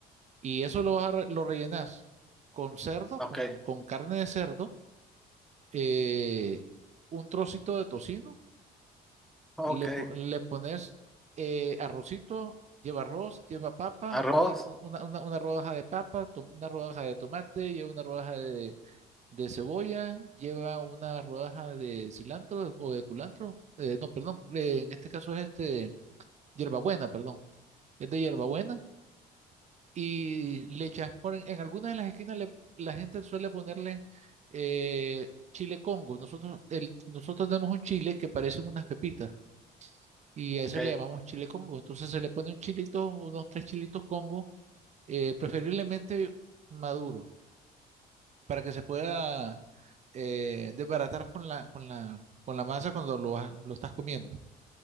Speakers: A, on the right; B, in the centre.
A: y eso lo, vas a re- lo rellenas con cerdo,
B: Ok,
A: con, con carne de cerdo, eh, un trocito de tocino
B: ok.
A: Le, po- le pones eh, arrocito, lleva arroz, lleva papa,
B: Arroz,
A: en una, ro- una, una- una rodaja de papa, to- una rodaja de tomate, lleva una rodaja de, de cebolla, lleva una rodaja de cilantro o de culantro. eh, no, perdón, eh, en este caso es este, hierbabuena, perdón, es de hierbabuena. Y le echas por en, en algunas de las esquinas, le- la gente suele ponerle eh, chile Congo. Nosotros, el, nosotros tenemos un chile que parecen unas pepitas y
B: ok.
A: a ese le llamamos chile Congo. Entonces se le pone un chilito, unos tres chilitos Congo, eh, preferiblemente maduro, para que se pueda eh, desbaratar con la, con la, con la masa cuando lo, vas- lo estás comiendo.